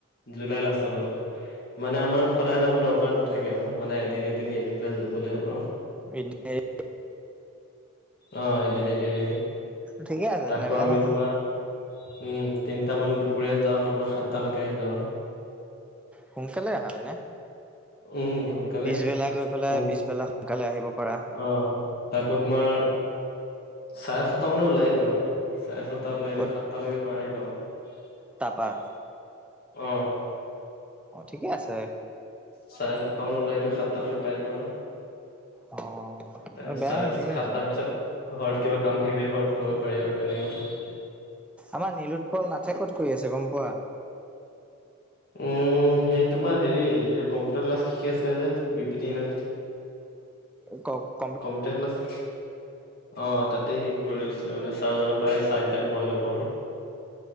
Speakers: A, on the left; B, in the centre.
A: জুলাই লাষ্ট লগত অ মানে আমাৰ সদায় যাব দৰকাৰ নাথাকে আৰু মানে এদিন এদিন এৰি পেলাই গ'লে হ'ল আৰু
B: এ দি এ দ
A: অ এদিন এদিন এৰি
B: ঠিকে আছে
A: তাকো
B: তেনে বেয়া
A: আমি
B: নহয়
A: তোমাৰ উম তিনটামান দুপৰীয়া যাওঁ তোমাৰ সাতটালৈকে আহি যাওঁ আৰু
B: সোনকালে আহা তেনে
A: উম সোনকালেই
B: পিছবেলা গৈ
A: হয়
B: পেলাই পিছবেলা সোনকালে আহিব পাৰা
A: অ তাতকৈ তোমাৰ চাৰে চয়টা মানত ওলাই দিওঁ আৰু চাৰে ছটাত ওলাই
B: ক'ত
A: দিওঁ সাতটালৈকে ঘৰ আহি যাওঁ আউ
B: তাপা
A: অ
B: অ ঠিকে আছে
A: চাৰে চটা মানত ওলাই দিওঁ সাতটা লেকে পাই যাওঁ আৰু
B: অ
A: তাৰে
B: অ
A: চাৰে
B: বেয়া ন ঠিকে
A: সাতটা
B: আছে
A: পিছত ঘৰত কিবা কাম থাকিলে ঘৰত কৰিব পাৰি আৰু তেনেকোৱা কথা
B: আমাৰ নীলোৎপল নাথে ক'ত কৰি আছে গম পোৱা
A: উম হেৰি তোমাৰ হেৰি কম্পিউটাৰ ক্লাছ শিকি আছিলে যে বি পি টি নে
B: কওক
A: কম্পিউটাৰ ক্লাছ অ' তাতে ঠিক কৰি লৈছে মানে ছাৰজনৰ পৰাই চাইন টাইন মৰাই ল'ব আৰু